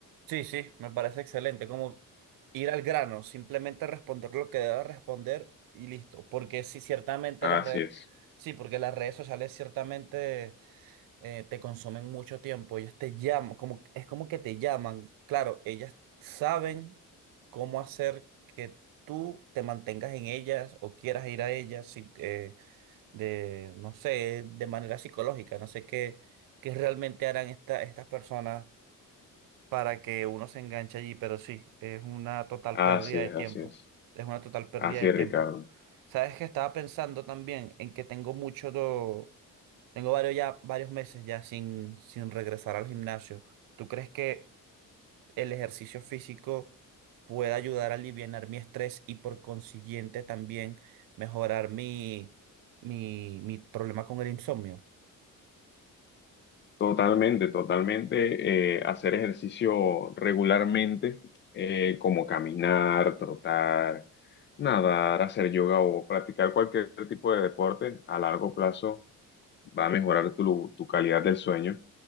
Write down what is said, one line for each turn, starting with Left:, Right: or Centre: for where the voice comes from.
Right: Sí, sí, me parece excelente, como ir al grano, simplemente responder lo que deba responder y listo, porque sí, ciertamente
Left: Así
Right: las redes,
Left: es,
Right: sí, porque las redes sociales ciertamente eh, te consumen mucho tiempo, ellas te llaman, como, es como que te llaman, claro, ellas saben cómo hacer que tú te mantengas en ellas o quieras ir a ellas, sí, eh, de, no sé, de manera psicológica, no sé qué, qué realmente harán esta, estas personas para que uno se enganche allí, pero sí, es una total
Left: así
Right: pérdida de
Left: es,
Right: tiempo.
Left: así es.
Right: Es una total pérdida
Left: Así
Right: de
Left: es,
Right: tiempo.
Left: Ricardo.
Right: Sabes que estaba pensando también en que tengo mucho, do- tengo varios ya, varios meses ya sin, sin regresar al gimnasio. ¿Tú crees que el ejercicio físico puede ayudar a aliviar mi estrés y por consiguiente también mejorar mi, mi, mi problema con el insomnio?
Left: Totalmente, totalmente. eh, hacer ejercicio regularmente, eh, como caminar, trotar, nadar, hacer yoga o practicar cualquier tipo de deporte a largo plazo va a mejorar tu, tu calidad del sueño.